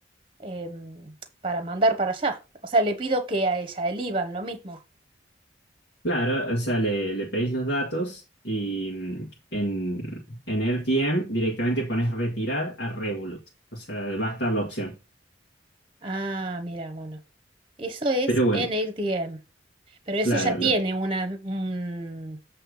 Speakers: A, on the right; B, on the left.
A: em, para mandar para allá. O sea, le pido que a ella, el IBAN, lo mismo.
B: Claro, o sea, le, le pedís los datos y mm, en, en RTM directamente pones retirar a Revolut. O sea, va a estar la opción.
A: Ah, mira, bueno. Eso es
B: Pero bueno,
A: en AirDM, pero eso
B: claro,
A: ya tiene
B: lo-
A: una, un-